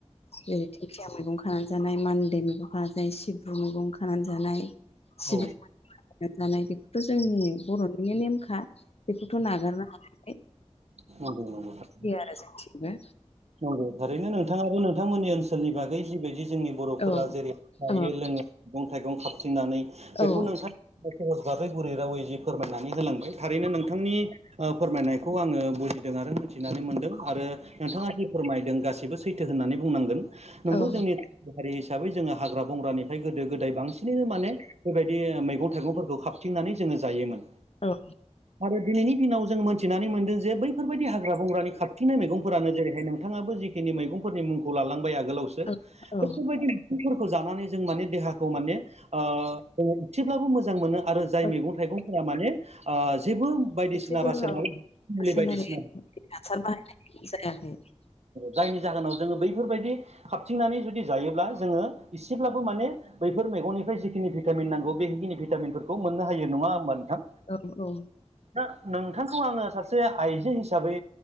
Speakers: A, on the left; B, on the right.
A: जेरै दिंखिया मैगं खानानै जानाय मान्दै मैगं खा जाय सिब्रु मैगं खानानै जानाय सिब्रु
B: औ
A: जानाय बेखौथ' जोंनि बर'निनो नेमखा बेखौथ' नागारनो हाया।
B: खोनादों नंगौ नोंथां।
A: आरो जोंथिंबो
B: नंगौ थारैनो नोंथाङाबो नोंथांमोननि ओनसोलनि बागै जिबायदि जोंनि बर'फोरा
A: औ
B: जेरै जायो
A: औ
B: लोङो मैगं थाइगं खाबफिननानै बेखौ
A: औ
B: नोंथां सहज भागै गुरै रावै जि फोरमायनानै होलांबाय थारैनो नोंथांनि ओ फोरमायनायखौ आङो बुजिदों आरो मोनथिनानै मोनदों आरो नोंथाङा जि फोरमायदों गासिबो सैथो होननानै बुंनांगोन। नंगौ
A: औ
B: जोंनि हारि हिसाबै जोङो हाग्रा बंग्रानिफ्राय गोदो गोदाय बांसिनैनो माने बेबायदि मैगं थाइगंफोरखौ खााबथिंनानै जोङो जायोमोन।
A: औ
B: आरो दिनैनि दिनाव जों मोनथिनानै मोनदों जे बेफोरबायदि हाग्रा बंग्रानि खारफिनाय मैगंफोरानो जेरैहाय नोंथाङाबो जिखिनि मैगंफोरनि मुंखौ लालांबाय आगोलावसो
A: औ औ
B: बफोरबायदि बिफंफोरखौ जानानै जों माने देहाखौ माने ओ जोङो एसेब्लाबो मोजां मोनो आरो जाय
A: औ
B: मैगं थाइगंफोरा माने ओ जेबो बायदिसिना
A: गासैबो
B: रासायनालाय
A: रासायनारि
B: मुलि बायदिसिना
A: हासार बाहायनायनि सोमोन्दै
B: जायनि जाहोनाव जोङो बैफोरबायदि हाबथिंनानै जुदि जायोब्ला जोङो एसेब्लाबो माने बैफोर मेगननिफ्राय जिखिनि भिटामिन नांगौ बेखिनि भिटामिनफोरखौ मोननो हायो नङा होमबा नोंथां
A: औ औ
B: दा नोंथांखौ आङो सासे आइजो हिसाबै